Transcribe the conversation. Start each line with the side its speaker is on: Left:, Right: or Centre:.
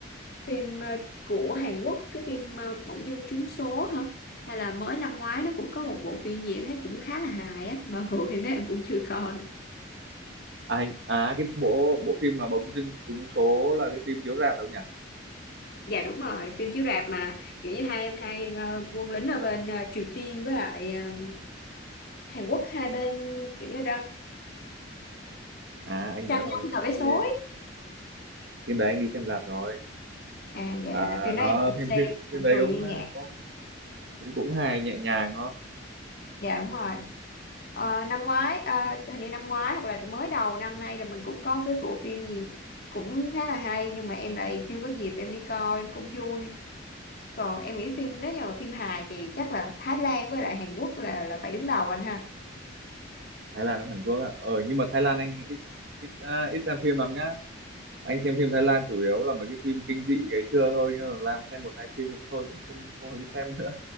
Left: phim ờ, của Hàn Quốc cái phim ờ, Bỗng dưng trúng số hả hay là mới năm ngoái nó cũng có một bộ phim gì em thấy cũng khá là hài á mà bộ phim đó em cũng chưa coi
Right: À, anh- à cái bộ bộ phim mà bỗng dưng trúng số là cái phim chiếu rạp phải không nhỉ?
Left: dạ đúng rồi phim chiếu rạp mà kiểu như hai em hai ờ, quân lính ở bên ờ, Triều Tiên với lại ờ, Hàn Quốc hai bên kiểu như đã
Right: à anh
Left: tranh
Right: nhớ rồi
Left: nhau cái tờ
Right: anh
Left: vé số
Right: đi
Left: ấy
Right: phim đấy anh đi xem rạp rồi
Left: à dạ
Right: à,
Left: phim
Right: nó
Left: đó em cũng
Right: phim
Left: xem
Right: phim phim
Left: cũng
Right: đấy
Left: cười
Right: cũng
Left: nghi
Right: ờ,
Left: ngã
Right: cũng cũng cũng hài nhẹ nhàng nó
Left: dạ đúng rồi Ờ, năm ngoái à, hình như năm ngoái hoặc là mới đầu năm nay là mình cũng có một cái bộ phim gì cũng khá là hay nhưng mà em lại chưa có dịp em đi coi cũng vui còn em nghĩ phim nếu như mà phim hài thì chắc là Thái Lan với lại Hàn Quốc là là phải đứng đầu anh ha
Right: Thái Lan nó Hàn Quốc á ờ nhưng mà Thái Lan anh ít ít à, ít xem phim lắm nhá anh xem phim Thái Lan chủ yếu là mấy cái phim kinh dị ngày xưa thôi nhưng mà làm xem một hai phim rồi thôi cũng không không hứng xem nữa